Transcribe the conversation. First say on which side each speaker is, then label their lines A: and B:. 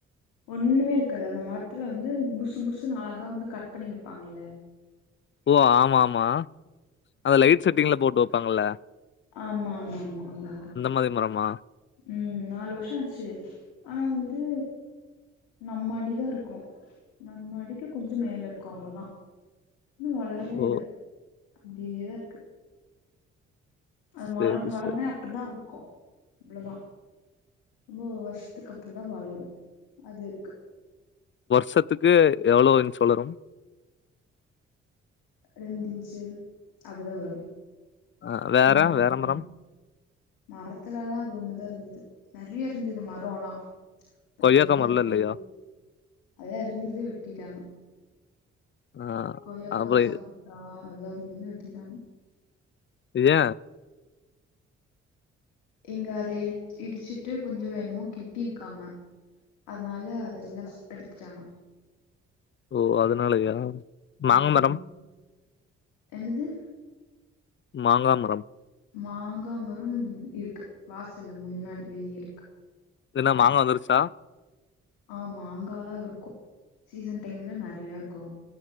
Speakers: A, on the left (about 80°); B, on the left (about 35°).
A: ஒண்ணுமே இருக்காது அந்த மரத்துல வந்து புசு புசுனு அழகா வந்து கட் பண்ணி வெப்பாங்கல்ல
B: ஓ ஆமா ஆமா அந்த லைட் செட்டிங்ல போட்டு வெப்பாங்கல்ல
A: ஆமா ஆமா ஆமா அங்கதா
B: மாரி மரமா?
A: ம் நாலு வருஷோ ஆச்சு ஆனா வந்து நம்மடி தா இருக்கு நம்மடிக்கு கொஞ்சோ மேல இருக்கு அவ்ளோதா இன்னு வளரவே
B: ஓ
A: இல்ல அப்டியேதா இருக்கு அது மொலன்
B: சரி
A: மரமே
B: சரி
A: அப்டிதா இருக்கு இவ்ளோதா ரொம்போ வருஷத்துக்கு அப்பறோதா வளரு அது இருக்கு
B: ஷத்துக்கு எவ்ளோ இன்ச்சு வளரு
A: ரெண்டு இன்ச்சு அப்டிதா வளரு
B: ஆ வேற
A: மூணு இன்
B: வேற
A: மூ
B: மரம்
A: மரத்துலல்லா அது ஒண்ணுதா இருந்தது நெறைய இருந்தது மரம்ல்லா அப்பறம்
B: கொய்யாக்கா
A: இதெல்லா
B: மரம்லா
A: வெட்டி
B: இல்லையா
A: அதுலா இருந்தது வெட்டிட்டாங்க
B: ஆ
A: கொய்யாக்கா
B: அப்ப
A: சப்போட்டா எல்லா இருந்தது வெட்டிடாங்க
B: ஏ
A: இங்க அத இ இடிச்சிட்டு கொஞ்சோ வேன்மோ கெட்டிருக்காங்க அதனால அதெல்லாம் எடுத்துட்டாங்க
B: ஓ அதனாலயா மாங்க
A: ம்
B: மரம்
A: என்னது
B: மாங்க மரம்
A: மாங்காமரம் இருக்கு வாசல்ல முன்னாடி வெளியே இருக்கு
B: இது என்ன மாங்கா வந்துருச்சா
A: ஆ மாங்காளா இருக்கு சீசன் டைம்ல நெறைய இருக்கு